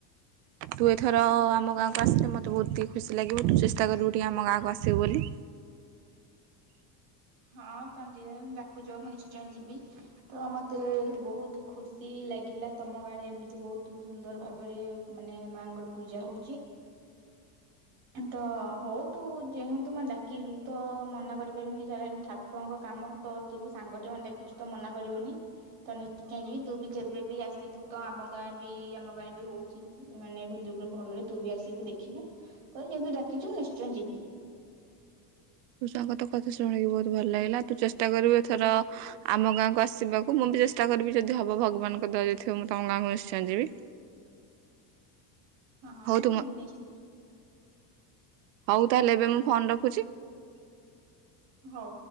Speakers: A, on the right; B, on the right.
A: ତୁ ଏଥର ଆମ ଗାଁକୁ ଆସିଲେ ମତେ ବୋହୁତ ଟିକେ ଖୁସି ଲାଗି ରୁ ତୁ ଚେଷ୍ଟା କରିବୁ ଟିକେ ଆମ ଗାଁକୁ ଆସିବୁ ବୋଲି।
B: ହଁ ତମେ ଯିଏ ହେନେ ଡାକୁଚ ମୁଁ ନିଶ୍ଚୟ ଯିବି ତ ମତେ ଏବେ ବୋହୁତ ଖୁସି ଲାଗିଲା ତମ ଗାଁରେ ଏମିତି ବୋହୁତ ସୁନ୍ଦର ଭାବରେ ମାନେ ମାଙ୍କର ପୂଜା ହୋଉଚି। ତ ହଉ ତୁ ଯେହେତୁ ମତେ ଡାକିଲୁ ତ ମନା କରିପାରିବିନି ଯୁହାର ହେନେ ଠାକୁରଙ୍କ କାମ ତ ତୁ ସାଙ୍ଗଟେ ମାତେ ଡାକିଚୁ ତ ମନା କରିବୁନି। ତ ନିଶ୍ଚୟ ଯିବି ତୁ ବି କେବେ ବି ଆସିବୁ ତ ଆମ ଗାଁ ବି ଆମ ଗାଁରେ ବି ହୋଉଚି ମାନେ ଖୁଦୁରୁକୁଣୀ ଭଲରେ ତୁ ବି ଆସିବୁ ଦେଖିବୁ ତ ଯେହେତୁ ଡାକିଚୁ ମୁଁ ନିଶ୍ଚୟ ଯିବି।
A: ହୋଉ ସାଙ୍ଗ ତୋ କଥା ଶୁଣିକି ବୋହୁତ ଭଲ ଲାଗିଲା। ତୁ ଚେଷ୍ଟା କରିବୁ ଏଥର ଆମ ଗାଁକୁ ଆସିବାକୁ ମୁଁ ବି ଚେଷ୍ଟା କରିବି ଯଦି ହବ ଭଗବାନଙ୍କ ଦୟା ଯଦି ଥିବ ମୁଁ ତମ ଗାଁକୁ ନିଶ୍ଚୟ ଯିବି।
B: ହଁ
A: ହଉ ତୁମ
B: ମୁଁ ନିଶ୍
A: ହଉ ତାହେଲେ ଏବେ ମୁଁ ଫୋନ ରଖୁଚି।
B: ହଉ।